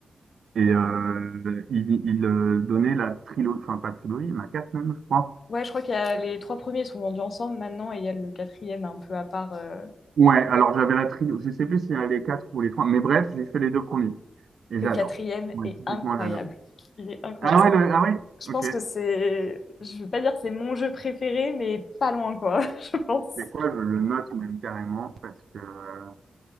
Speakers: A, on the right; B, on the left.
A: et euh, il, il euh, donnait la trilogie, enfin pas trilogie, mais quatre même, je crois.
B: ouais, je crois qu'il y a les trois premiers sont vendus ensemble maintenant et il y a le quatrième un peu à part. euh,
A: Ouais, alors j'avais la trilogie, je sais plus s'il y a les quatre ou les trois, mais bref, j'ai fait les deux premiers et
B: Le
A: j'adore.
B: quatrième
A: Ouais,
B: est
A: typiquement,
B: incroyable.
A: j'adore.
B: Il est incroyable.
A: Ah
B: C'est-
A: ouais, le- ah ouais,
B: Je
A: ok.
B: pense que c'est, je veux pas dire que c'est mon jeu préféré, mais pas loin quoi, <laughs> je pense.
A: C'est quoi, je le note même carrément parce que euh,